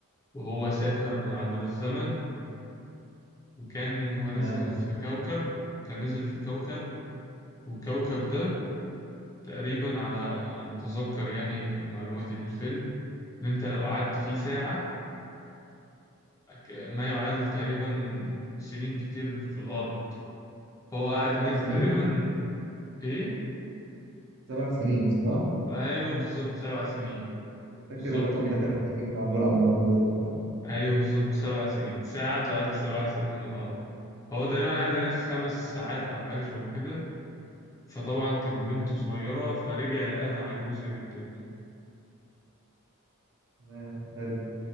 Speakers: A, on the left; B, on the right.
A: وهو سافر عبر الزمن وكان هو
B: تمام
A: نزل في كوكب كان نزل في كوكب والكوكب ده تقريبا على على ما أتذكر يعني معلومات الفيلم إن أنت لو قعدت فيه ساعة ما يعادل تقريبا سنين كتير في الأرض فهو قعد
B: سبع
A: هناك
B: سنين
A: تقريبا إيه؟
B: سبع سنين صح؟
A: أيوه بالظبط سبع سنين
B: فاكر
A: بالظبط
B: الرقم
A: كده
B: ده كان فيه معمول على الموضوع ده فعلا اه
A: ايوه بالظبط سبع سنين ساعة تعادل سبع سنين من الأرض هو تقريبا قعد هناك خمس ساعات أو حاجة شبه كده فطبعا كان بنته
B: تمام
A: صغيرة فرجع لقاها عجوزة جدا يعني.
B: تمام حلو